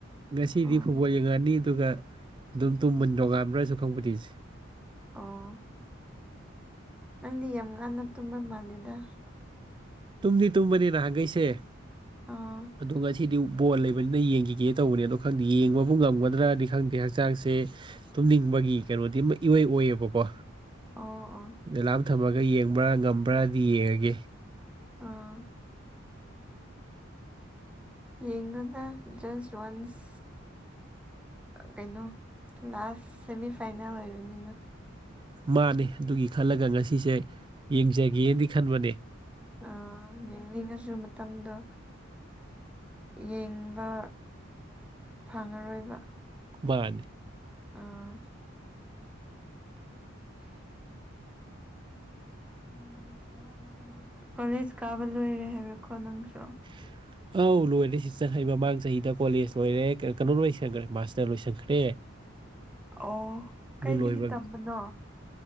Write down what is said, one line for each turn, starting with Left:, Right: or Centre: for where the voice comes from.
Right: ꯉꯁꯤꯗꯤ
Centre: ꯑꯣ
Right: ꯐꯨꯠꯕꯣꯜ ꯌꯦꯡꯉꯛꯑꯅꯤ ꯑꯗꯨꯒ ꯑꯗꯨꯝ ꯇꯨꯝꯃꯅꯤ ꯅꯣꯉꯥꯟꯕ꯭ꯔꯥꯁꯨ ꯈꯪꯄꫭꯟꯗꯦ ꯁꯦ
Centre: ꯑꯣ ꯅꯪꯗꯤ ꯌꯥꯝ ꯉꯥꯟꯟꯅ ꯇꯨꯝꯕ ꯃꯥꯜꯂꯦꯗ
Right: ꯇꯨꯝꯗꯤ ꯇꯨꯝꯕꯅꯤ ꯅꯍꯥꯟꯈꯩꯁꯦ
Centre: ꯑꯥ
Right: ꯑꯗꯨ ꯉꯁꯤ ꯁꯤꯗꯤ ꯕꯣꯜ ꯂꯩꯕꯅꯤꯅ ꯌꯦꯡꯈꯤꯒꯦ ꯇꯧꯕꯅꯦ ꯑꯗꯣ ꯈꯪꯗꯦ ꯌꯦꯡꯕꯕꯨ ꯉꯝꯒꯗ꯭ꯔꯅꯤ ꯈꯪꯗꯦ ꯍꯛꯆꯥꯡꯁꯦ ꯇꯨꯝꯅꯤꯡꯕꯒꯤ ꯀꯩꯅꯣꯗꯤ ꯑꯃ ꯏꯣꯏ ꯑꯣꯏꯌꯦꯕꯀꯣ
Centre: ꯑꯣ ꯑꯣ
Right: ꯑꯦꯂꯥꯝ ꯊꯝꯃꯒ ꯌꯦꯡꯕ꯭ꯔꯥ ꯉꯝꯕ꯭ꯔꯥꯗꯤ ꯌꯦꯡꯉꯒꯦ
Centre: ꯑꯥ ꯌꯦꯡꯉꯨꯗ ꯖꯁ ꯋꯥꯟꯁ ꯀꯩꯅꯣ ꯂꯥꯁ ꯁꯦꯃꯤ ꯐꯥꯏꯅꯦꯜ ꯑꯣꯏꯕꯅꯤꯅ
Right: ꯃꯥꯅꯦ ꯑꯗꯨꯒꯤ ꯈꯜꯂꯒ ꯉꯁꯤꯁꯦ ꯌꯦꯡꯖꯒꯦꯅꯗꯤ ꯈꯟꯕꯅꯦ
Centre: ꯑꯥ ꯌꯦꯅꯤꯡꯉꯁꯨ ꯃꯇꯝꯗꯣ ꯌꯦꯡꯕ ꯐꯪꯉꯔꯣꯏꯕ
Right: ꯃꯥꯅꯦ
Centre: ꯑꯥ <inaudible> <unintelligible> ꯀꯣꯂꯦꯖ ꯀꯥꯕ ꯂꯣꯏꯔꯦ ꯍꯥꯏꯕꯀꯣ ꯅꯪꯁꯨ
Right: <inaudible> ꯑꯧ ꯂꯣꯏꯔꯦ ꯁꯤꯁꯇ ꯑꯩ ꯃꯃꯥꯡ ꯆꯍꯤꯗ ꯀꯣꯂꯦꯖ ꯂꯣꯏꯔꯦ ꯀꯩꯅꯣ ꯂꯣꯏꯁꯟꯈ꯭ꯔꯦ ꯃꯥꯁꯇ ꯂꯣꯏꯁꯟꯈ꯭ꯔꯦ
Centre: ꯑꯣ ꯀꯩꯗꯒꯤ
Right: ꯑꯗꯨ ꯂꯣꯏꯕ꯭ꯔ
Centre: ꯇꯝꯕꯅꯣ